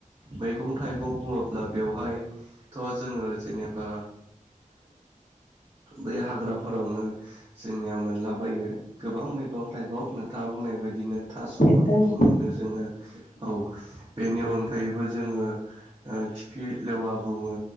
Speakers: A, on the right; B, on the left.
A: मैगं थाइगं बुङोब्ला बेवहायथ' जोङो जेनेबा बै हाग्राफोरावनो जोंनिया मोनलाबायो गोबां मैगं थाइगं नोंथाङा बुंनाय बायदिनो थास'फोरखौबो
B: औ औ औ
A: मोनो जोङो औ बेनि अनगायैबो जोङो ओ खिफि लेवा बुङो